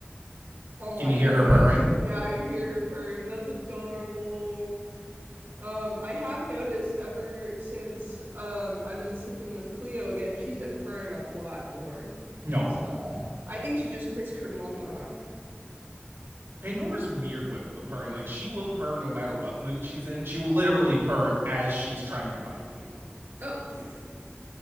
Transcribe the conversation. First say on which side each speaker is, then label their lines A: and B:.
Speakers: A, on the right (about 90°); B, on the right (about 70°).
A: Oh my
B: Can you
A: goodness.
B: hear her purring?
A: Yeah, I hear her purring. That's adorable. Um, I have noticed ever since um I've been sleeping with Cleo again, she's been purring a lot more.
B: No.
A: So, I think she just missed her mama.
B: Pandora's weird with the purring. Like she will purr no matter what mood she's in. She will literally purr as she's trying to bite you.
A: Oh, <laughs> pfft.